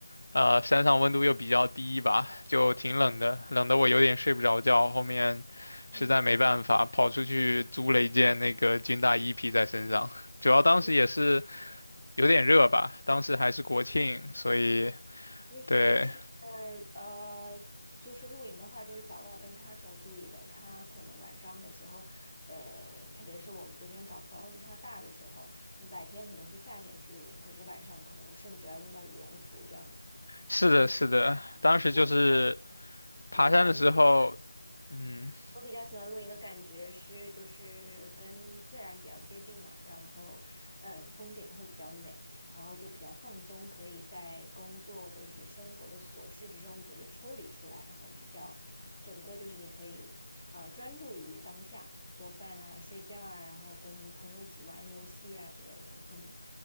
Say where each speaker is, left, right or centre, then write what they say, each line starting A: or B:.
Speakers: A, on the left (about 75°); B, on the left (about 15°).
A: 呃，山上温度又比较低吧，就挺冷的，
B: 嗯
A: 冷得我有点睡不着觉。后面实在没办法，
B: 嗯，
A: 跑出去租了一件那个军大衣披在身上，主要当时也是
B: 嗯，
A: 有点热吧，当时还是国庆，所以
B: 其实就是
A: 对，
B: 呃，就是露营的话，就是早晚温差是要注意的。它可能晚上的时候，呃，特别是我们这边早早晚温差大的时候，你白天可能是夏天去露营，可是晚上可能甚至要用到羽绒服这样子。
A: 是的，
B: 嗯，
A: 是的，当时就是
B: 我比较
A: 爬山的时候。
B: 喜欢露营。
A: 嗯，
B: 我比较喜欢露营的感觉是，就是跟自然比较接近嘛，然后，嗯，风景会比较美，然后就比较放松，可以在工作就是生活的琐事之中就是抽离出来，然后比较整个就是你可以啊专注于当下，做饭啊、睡觉啊，然后跟朋友一起玩游戏啊之类的，嗯。